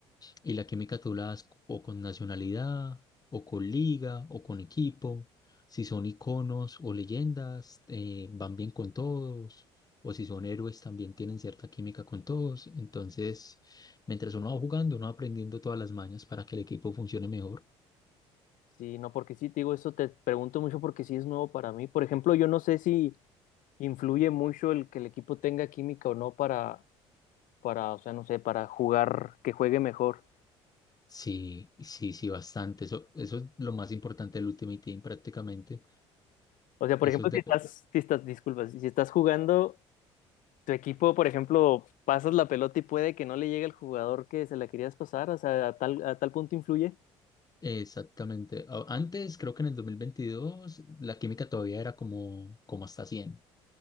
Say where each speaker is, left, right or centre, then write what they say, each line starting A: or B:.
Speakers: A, on the left (about 25°); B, on the left (about 60°).
A: y la química tú la das o con nacionalidad, o con liga, o con equipo. Si son iconos o leyendas, eh, van bien con todos. O si son héroes, también tienen cierta química con todos. Entonces, mientras uno va jugando, uno va aprendiendo todas las mañas para que el equipo funcione mejor.
B: Sí, no, porque sí, te digo, eso te pregunto mucho porque sí es nuevo para mí. Por ejemplo, yo no sé si influye mucho el que el equipo tenga química o no para, para, o sea, no sé, para jugar, que juegue mejor.
A: Sí, sí, sí, bastante. Eso, eso es lo más importante del Ultimate Team prácticamente.
B: O sea,
A: Eso
B: por ejemplo,
A: es de...
B: si estás, si estás, disculpas, si estás jugando, tu equipo, por ejemplo, pasas la pelota y puede que no le llegue al jugador que se la querías pasar, o sea, a tal, a tal punto influye.
A: Exactamente. A- Antes, creo que en el 2022 la química todavía era como, como hasta cien